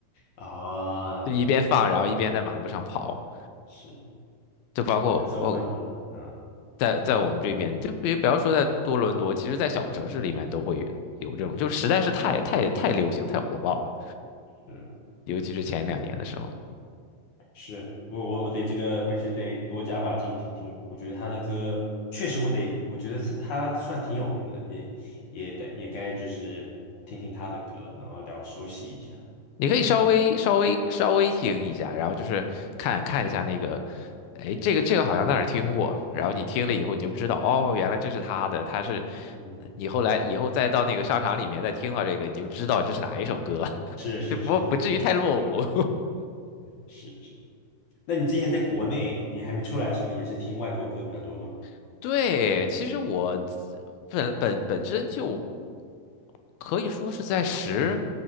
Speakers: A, on the left; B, on the left.
A: 啊，了解，
B: 就一边放，然后一边在马路上跑，
A: 是
B: 就包括我
A: 受欢迎，嗯，
B: 在在我们这边，你就别不要说在多伦多，其实在小城市里面都会有这种，就实在是太太太流行、太火爆了，
A: 是
B: 尤其是前两年的时候。
A: 是，我我我得这个回去得多加把劲听听，我觉得他的歌确实我得，我觉得他他算挺有名的，也也得也该就是听听他的歌，然后聊熟悉一下，
B: 你可以稍微稍微稍微听一下，然后就是看看一下那个，哎，这个这个好像在哪儿听过，然后你听了以后你就知道，哦，原来这是他的，他是
A: 嗯，
B: 你后来以后再到那个商场里面再听到这个，你就知道这是哪一首歌，
A: 是是是，
B: <laughs> 就不不至于太落伍。
A: 对，是是。那你之前在国内，你还没出来的时候，也是听外国歌比较多吗？
B: <laughs> 对，其实我本本本身就可以说是在十